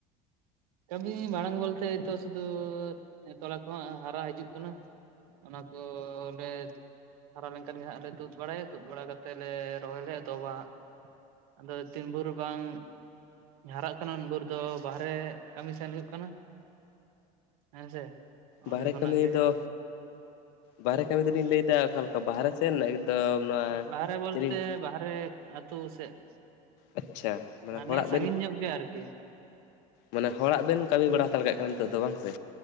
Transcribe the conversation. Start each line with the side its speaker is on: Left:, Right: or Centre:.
Right: ᱠᱟᱹᱢᱤ ᱢᱟᱲᱟᱝ ᱵᱚᱞᱛᱮ ᱛᱚ ᱥᱩᱫᱩ ᱛᱚᱞᱟ ᱠᱚᱦᱚᱸ ᱦᱟᱨᱟ ᱦᱤᱡᱩᱜ ᱠᱟᱱᱟ᱾ ᱚᱱᱟ ᱠᱚ ᱞᱮ ᱦᱟᱨᱟ ᱞᱮᱱᱠᱷᱟᱱ ᱜᱮ ᱦᱟᱸᱜ ᱞᱮ ᱛᱩᱫ ᱵᱟᱲᱟᱭᱟ, ᱛᱩᱫ ᱵᱟᱲᱟ ᱠᱟᱛᱮ ᱞᱮ ᱨᱚᱦᱚᱭ ᱞᱮ ᱮᱛᱚᱦᱚᱵᱟ ᱦᱟᱸᱜ᱾ ᱟᱫᱚ ᱛᱤᱱ ᱵᱷᱩᱨ ᱵᱟᱝ ᱦᱟᱨᱟᱜ ᱠᱟᱱᱟ ᱩᱱ ᱵᱷᱩᱨ ᱫᱚ ᱵᱟᱦᱨᱮ ᱠᱟᱹᱢᱤ ᱥᱮᱱ ᱦᱩᱭᱩᱜ ᱠᱟᱱᱟ, ᱦᱮᱸ ᱥᱮ᱾ ᱚᱸᱰᱮ
Left: ᱵᱟᱦᱨᱮ
Right: ᱠᱷᱚᱱᱟᱜ
Left: ᱠᱟᱹᱢᱤ
Right: ᱜᱮ
Left: ᱫᱚ, ᱵᱟᱦᱨᱮ ᱠᱟᱹᱢᱤ ᱫᱚᱞᱤᱧ ᱞᱟᱹᱭᱫᱟ ᱚᱠᱟ ᱞᱮᱠᱟ ᱵᱟᱦᱨᱮ ᱥᱮᱱ ᱮᱠᱫᱚᱢ ᱱᱚᱣᱟ
Right: ᱵᱟᱦᱨᱮ ᱵᱚᱞᱛᱮ
Left: ᱪᱮᱞᱤᱧ
Right: ᱵᱟᱦᱨᱮ ᱟᱹᱛᱩ ᱥᱮᱫ᱾
Left: ᱟᱪᱪᱷᱟ
Right: ᱢᱟᱱᱮ
Left: ᱦᱚᱲᱟᱜ ᱵᱮᱱ
Right: ᱥᱟᱺᱜᱤᱧ ᱧᱚᱜ ᱜᱮ ᱟᱨᱠᱤ᱾
Left: ᱢᱟᱱᱮ ᱦᱚᱲᱟᱜ ᱵᱮᱱ ᱠᱟᱹᱢᱤ ᱵᱟᱲᱟ ᱦᱟᱛᱟᱲ ᱠᱟᱜ ᱠᱟᱱᱟ ᱱᱤᱛᱚᱜ ᱫᱚ ᱵᱟᱝ ᱥᱮ᱾